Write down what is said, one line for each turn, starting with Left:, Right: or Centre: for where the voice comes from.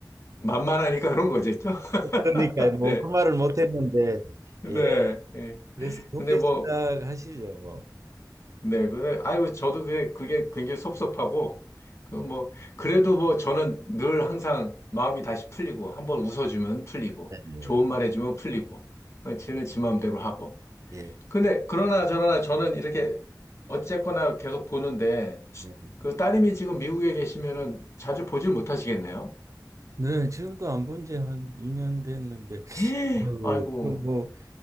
Left: 만만하니까 그런 거겠죠?
Right: 그러니까
Left: <laughs>
Right: 뭐
Left: 네.
Right: 그 말을 못 했는데
Left: 네.
Right: 예
Left: 예.
Right: 그래서 좋게
Left: 근데 뭐,
Right: 생각하시죠 뭐.
Left: 네. 근데, 아이고, 저도 그게, 그게 굉장히 섭섭하고, 그
Right: 음.
Left: 뭐, 그래도 뭐, 저는 늘 항상 마음이 다시 풀리고, 한번 웃어주면 풀리고,
Right: 네, 네,
Left: 좋은 말 해주면 풀리고, 어, 지는 지 마음대로 하고,
Right: 예.
Left: 근데 그러나 저러나 저는 이렇게 어쨌거나 계속 보는데
Right: 예.
Left: 그 따님이 지금 미국에 계시면은 자주 보질 못하시겠네요?
Right: 네, 지금도 안 본 지 한 2년 됐는데
Left: 헤,
Right: 아이고,
Left: 아이고,
Right: 이거 뭐